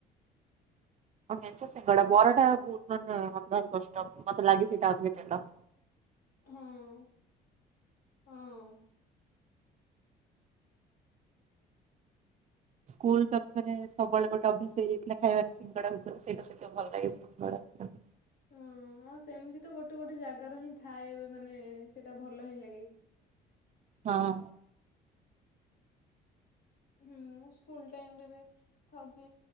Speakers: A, on the left; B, on the right.
A: <inaudible>
B: <inaudible> ସିଙ୍ଗଡା ବରା ଟା ବହୁତ ମାନେ ମୋତେ ଭାରି କଷ୍ଟ। ମୋତେ ଲାଗି ସେଇଟା ଅଧିକ ତେଲ।
A: ହଁ, ହଁ।
B: ସ୍କୁଲ୍ ପାଖରେ ସବୁବେଳେ ଗୋଟେ ଅଭ୍ୟାସ ହେଇଯାଇଥିଲା ଖାଇବାର ସିଙ୍ଗଡା ଭୁଗୁନି। ସେଇଟା ସେ ତ ଭଲ ଲାଗେ ସିଙ୍ଗଡା <inaudible>
A: ଅଁ, ଆଉ ସେମିତି ତ ଗୋଟେ ଗୋଟେ ଜାଗାର ହିଁ ଥାଏ ମାନେ ସେଟା ଭଲ ହିଁ ଲାଗେ।
B: ହଁ।
A: ହୁଁ, ମୁଁ ସ୍କୁଲ୍ ଟାଇମ୍ ରେ ବି କଣ କି